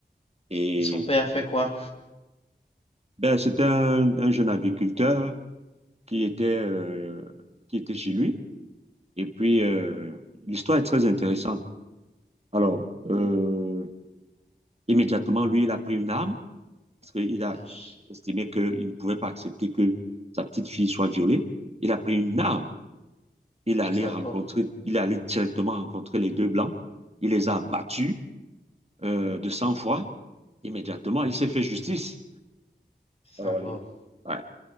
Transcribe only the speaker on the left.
Et son père a fait quoi?
Ach,
Salaud.
Salaud.